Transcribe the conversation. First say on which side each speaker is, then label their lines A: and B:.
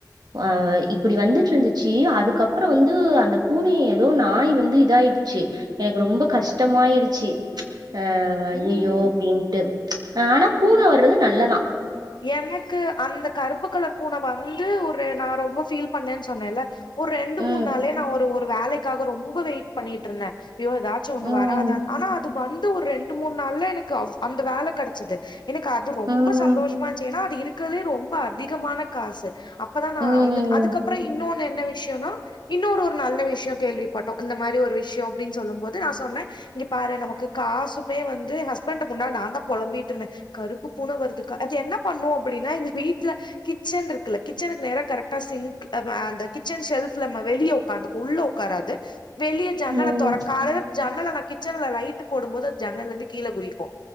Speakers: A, on the right; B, on the left.
A: அஹ் இப்டி வந்துட்டு இருந்துச்சு அதுக்கப்பறோ வந்து அந்த பூனய ஏதோ நாய் வந்து இதாயிடுச்சு எனக்கு ரொம்ப கஷ்டமாயிருச்சி அஹ் அய்யயோ
B: ம்
A: அப்டின்ட்டு ஹ ஆனா பூன வர்றது நல்லதா
B: எனக் கு அந்த கருப்பு கலர் பூன வந்து ஒரு நா ரொம்ப ஃபீல் பண்ணேன்னு சொன்னேல ஒரு ரெண்டு
A: ம்
B: மூணு நாளே நா ஒரு ஒரு வேலைக்காக ரொம்ப வெயிட் பண்ணிட்டு இருந்தே ஐயோ ஏதாது ச்சு ஒண்ணு
A: ம்
B: வராதான் ஆனா அது வந்து ஒரு ரெண்டு மூணு நாள்ல எனக்கு அவ் அந்த வேல கெடச்சது எனக்கு அது ரொம்ப
A: ம்
B: சந்தோஷமா இருந்துச்சு ஏனா அது இருக்கிறதுலே ரொம்ப அதிகமான காசு அப்பதா நா
A: ம்
B: வந்து அதுக்கப்பறோ இன்னொனு என்ன விஷ்யோனா இன்னு ஒரு ஒரு நல்ல விஷ்யோ கேள்விப்பட்டோ அந்த மாரி ஒரு விஷ்யோ அப்டின்னு சொல்லும் போது நா சொன்னே இங்க பாரு நமக்கு காசுமே வந்து ஹஸ்பண்ட முன்னா நா தா பொலம்பிட்டு இருந்தே கருப்பு பூனை வருது க அது என்ன பண்ணோ அப்டின்னா இது வீட்ல கிச்சன் இருக்குல கிச்சனுக்கு நேரா கரெக்டா சிங்க் அப் அந்த கிச்சன் ஷெல்ப்ல நம்ம வெளிய உக்காந்து உள்ள ஒக்காரது வெளிய ஜன்னலை
A: ம்
B: தொறக்காதனு ஜன்னல நா கிச்சன்ல லைட்டு போடுபோது ஜன்னல்ல இருந்து கீழே குதிக்கு